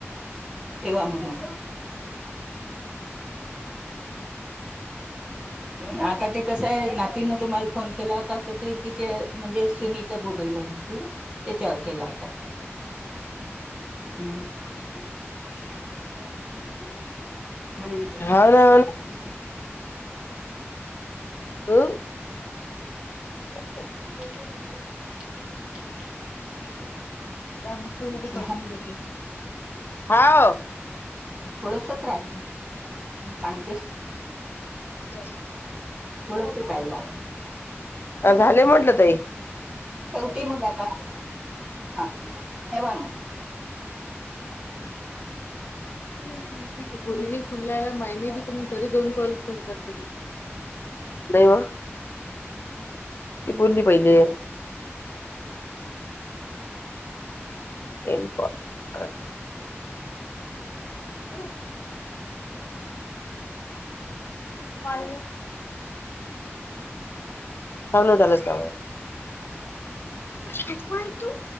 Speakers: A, on the right (about 25°); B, on the left (about 55°).
A: ठेवा म्हणून हा आता ते कसय नाती तुम्हाला फोन केला होता तर ते तिचे म्हणजे सुनी चा मोबाईल आहे ना तो त्याच्यावर केला होता ह्म्म. <inaudible> मला विचारलं
B: हाव
A: होत
B: ना
A: त्या
B: हो ना
A: बईने बी त्या.
B: अ हो
A: <unintelligible>
B: दाबुसा साठी कॉल
A: हा
B: ठेऊन देते. हा ओ.
A: थोडसच राहिल सांगतेस
B: <unintelligible>
A: थोडस काय ला.
B: झाले म्हटलं ताई
A: ठेवते मग आता हा ठेवा मग.
B: कोने फोनला माहिने बी तर मग घरी दोन कॉल करते. हॅलो ती बोलली पहिले. येनप आ परत पाळ फोन बघायलास काय? क अथवाय तू